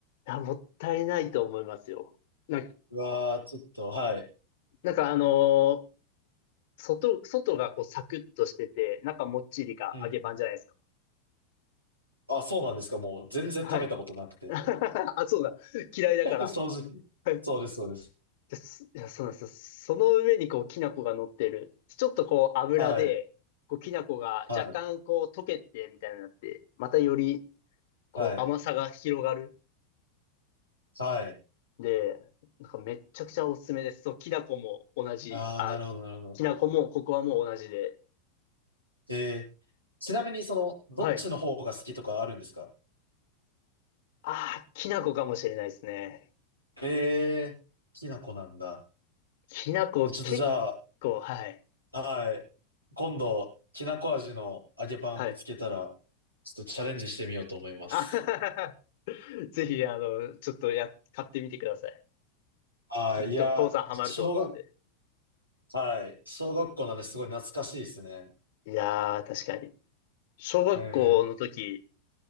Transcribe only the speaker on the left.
あ、もったいないと思いますよ。な、
なんかあのー外、外がこうサクッとしてて、中もっちりが揚げパンじゃないですか。
はい。<laughs> あ、そうだ。嫌いだから。
はい。
ですいや、そうなんですよ。その上にこう、きな粉が乗ってる。ちょっとこう、油で、
こう、きな粉が若干こう、
溶けて、みたいになって、またより、こう、
甘さが広がる。
で、なんかめっちゃくちゃおすすめです。そう、きな粉も同じ。
あ、
きな粉も、ここはもう同じで。
はい。ああ、きな粉かもしれないですね。
きな粉結
構、はい。
はい。
<laughs> あははははぜひ、あの、ちょっとや、買ってみてください。
きっとコウさんハマると思うんで。
いやー、確かに。小学校の時、